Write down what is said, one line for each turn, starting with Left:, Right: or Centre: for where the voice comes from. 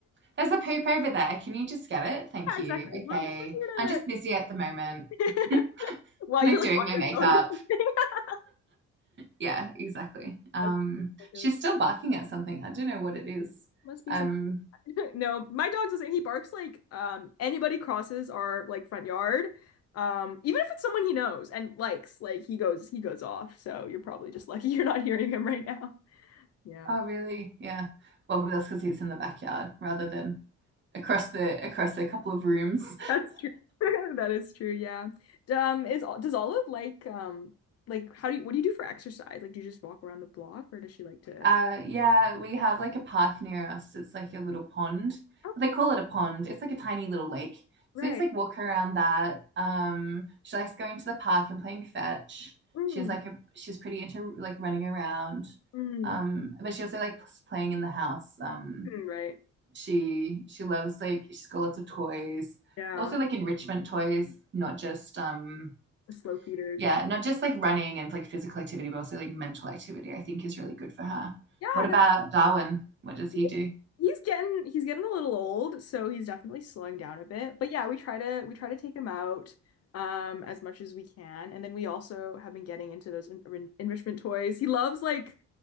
Right: There's a poop over there. Can you just get it? Thank
Left: yeah,
Right: you.
Left: exactly. We're
Right: Okay.
Left: we're
Right: I'm just
Left: here
Right: busy at the moment,
Left: to <laughs>
Right: <laughs>
Left: while
Right: like
Left: you're like
Right: doing
Left: on
Right: my
Left: your
Right: makeup.
Left: phone. <laughs>
Right: Yeah, exactly. Um,
Left: That's that goes,
Right: she's still barking at something. I don't know what it is.
Left: must be
Right: Um,
Left: some <laughs> no, my dog's the same. He barks like um anybody crosses our like front yard. Um, even if it's someone he knows and likes, like he goes he goes off. So you're probably just lucky <laughs> you're not hearing him right now. Yeah.
Right: oh really? Yeah. Well, that's because he's in the backyard rather than across the across a couple of rooms.
Left: That's true. <laughs> That is true, yeah. D- Um, is does Olive like um like how do you what do you do for exercise? Like do you just walk around the block or does she like to
Right: Uh, yeah, we have like a park near us. It's like a little pond.
Left: Oh,
Right: They call it a pond. It's like a tiny little lake.
Left: right.
Right: So I just like walk around that. Um, she likes going to the park and playing fetch.
Left: Mm,
Right: She's like a she's pretty into like running around.
Left: mm,
Right: Um, but she also likes playing in the house. Um,
Left: mm, right.
Right: she she loves like she's got lots of toys.
Left: Yeah.
Right: Also like enrichment toys, not just um
Left: The slow feeder is
Right: yeah,
Left: the
Right: not just like running and like physical activity, but also like mental activity, I think is really good for her.
Left: Yeah,
Right: What about
Left: that's
Right: Darwin? What does
Left: cool.
Right: he do?
Left: he's getting he's getting a little old, so he's definitely slowing down a bit. But yeah, we try to we try to take him out um as much as we can. And then we also have been getting into those en en- enrichment toys. He loves like